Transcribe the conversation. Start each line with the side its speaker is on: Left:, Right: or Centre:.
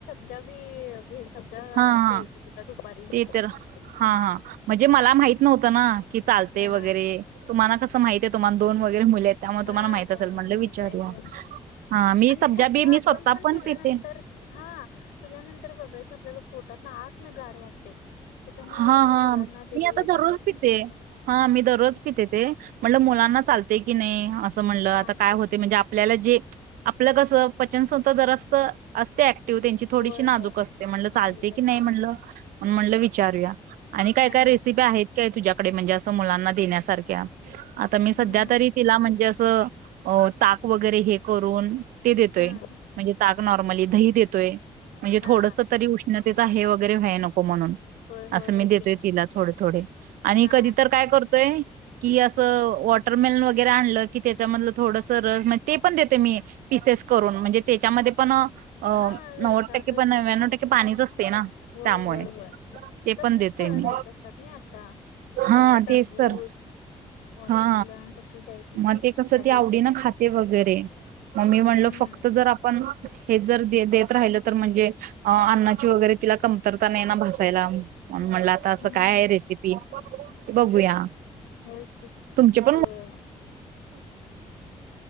Left: <inaudible> <unintelligible>
Right: हा हा
Left: द्यायचं तिला दुपारी
Right: ते तर हा
Left: उन्हात
Right: हा म्हणजे मला माहित नव्हतं ना की चालते
Left: हा
Right: वगैरे तुम्हाला कसं माहित <inaudible> दोन वगैरे मुले आहेत त्यामुळे
Left: हा
Right: तुम्हाला माहित
Left: त्या
Right: असेल म्हणलं
Left: माहित
Right: विचारूया.
Left: आहे हो
Right: हां मी
Left: आणि
Right: सब्जा
Left: सबजा
Right: बी
Left: आपण
Right: मी स्वतः
Left: पण पिल्यानंतर
Right: पिते.
Left: हा पिल्यानंतर बघायचं आपल्याला पोटात ना आत न गार वाटते. त्याच्यामुळे
Right: हा
Left: कणी मुलांना
Right: हा मी
Left: दिलेलं
Right: आता
Left: चांगलं
Right: दररोज पिते.
Left: समजा
Right: हा मी दररोज पिते, ते म्हणलं मुलांना
Left: हा
Right: चालते की नाही अस, म्हणलं
Left: चालते
Right: आता काय होते म्हणजे आपल्याला जे आपल कस पचन जर अस असते ऍक्टिव्ह त्यांची थोडीशी
Left: होय
Right: नाजूक
Left: होय
Right: असते. म्हणल चालते
Left: नाजूक जास्त
Right: की नाही
Left: होय
Right: म्हणल, म्हणल वि <unintelligible> आणि काही
Left: हा
Right: काही रेसिपि आहेत. तुझ्याकडे म्हणजे असं मुलांना देण्यासारख्या. आता
Left: हम्म
Right: मी सध्या तरी तिला म्हणजे अस ताक वगैरे हे करून, ते देतोय.
Left: हम्म
Right: म्हणजे ताक नॉर्मली दही देतोय. म्हणजे
Left: हा
Right: थोडस तरी उष्णतेचा हे वैगरे व्हयला नको म्हणून
Left: होय होय
Right: अस मी
Left: होय
Right: देतोय
Left: की
Right: तिला थोडे थोडे आणि
Left: हा
Right: कधी तर काय करतोय. कि अस वॉटरमेलन वगैरे आणल की त्याच्यामधल थोडस रस म्हणजे ते पण देते मी पिसेस करून म्हणजे त्याच्यामध्ये पण अ
Left: हा जरा
Right: नव्वद
Left: रसाळच
Right: टक्के पण नव्यानवू
Left: कि ते
Right: टक्के पाणीच असते ना
Left: होय
Right: त्यामुळे.
Left: होय होय
Right: ते
Left: तसलीच
Right: पण देत
Left: फळं
Right: मी
Left: द्यायची असतात नाही आता क
Right: हा
Left: टरबूज
Right: तेच तर
Left: वॉटरमेलन
Right: हा
Left: तसच द्यायचं असते
Right: मग ते
Left: ह्या
Right: कस ती
Left: दिवसात
Right: आवडी ने खाते वगैरे मग मी म्हणल
Left: हम्म
Right: फक्त जर आपण हे जर देत देत राहिल तर म्हणजे अन्नाची वगैरे तिला कमतरता नाही. <unintelligible> म्हणल आता अस
Left: हम्म
Right: काय आहे रेसिपी बघूया.
Left: होय की
Right: तुमचे पण
Left: होय